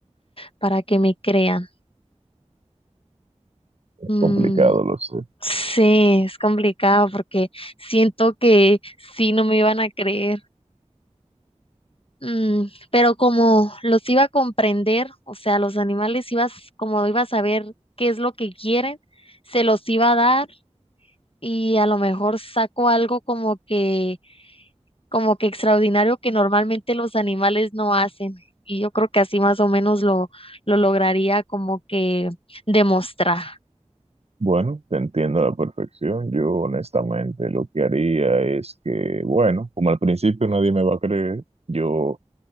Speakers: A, on the left (about 50°); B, on the right (about 60°).
A: para que me crean?
B: Es
A: Mm,
B: complicado, lo sé.
A: sí, es complicado porque siento que sí no me iban a creer. Mm, pero como los iba a comprender, o sea, los animales ibas, como iba a saber qué es lo que quieren, se los iba a dar y a lo mejor saco algo como que como que extraordinario que normalmente los animales no hacen. Y yo creo que así más o menos lo, lo lograría como que demostrar.
B: Bueno, te entiendo a la perfección. Yo honestamente lo que haría es que, bueno, como al principio nadie me va a creer, yo